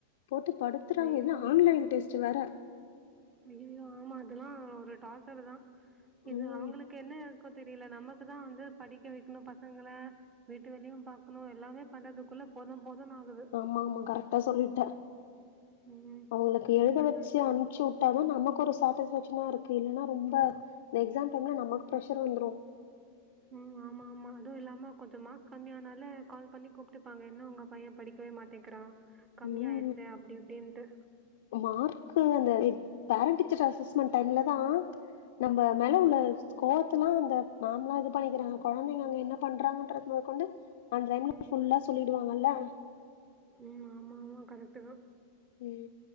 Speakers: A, on the left; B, on the right.
A: போட்டு படுத்துறாங்க
B: ஐயோ
A: இதுல ஆன்லைன் டெஸ்ட் ச்சி வேர
B: ஐயையோ ஆமா அதெல்லா ஒரு டார்சரு தா இது
A: ம்
B: அவங்களுக்கு என்ன ப்போ தெரியல நமக்கு தா வந்து படிக்க வைக்கணு பசங்கள வீட்டு வேலயு பாக்கணு எல்லாமே பண்றதுக்குள்ள போது போதுன்னு ஆகுது
A: ஆமாமா கரெக்டா சொல்லிட்ட
B: ம்
A: அவங்களுக்கு எழுத
B: பசங்க
A: வச்சு அனுப்ச்சி விட்டாதா நமக் ஒரு சாட்டிஸ்வேக்ஷனா இருக்கு இல்லனனா ரொம்ப இந்த எக்ஸாம் டைம்ல நமக்கு பரஷர் வந்துரு
B: உ ஆமா மா அதுவு இல்லாம கொஞ்ச மார்க் கம்மியானாலே கால் பண்ணி கூப்ட்டுப்பாங்க என்ன உங்க பையே படிக்கவே மாட்டேங்றா கம்மியாய்டுச்சே
A: ம்
B: அப்டி இப்டின்ட்டு
A: மார்க்கு அந்த பேரண்ட் டீச்சர் அசஸ்மெண்ட் டைம்லதா நம்ம மேல உள்ள ஸ்கோத்தலா அந்த மேலா இது பண்ணிக்கிறாங்க கொழந்தைங்க அங்க என்ன பண்றாங்கன்றதமொதக்கொண்டு அந்த டைம்ல ஃபுல்லா சொல்லிடுவாங்கல்ல
B: உ ஆமாமா கரெக்டு தா
A: உ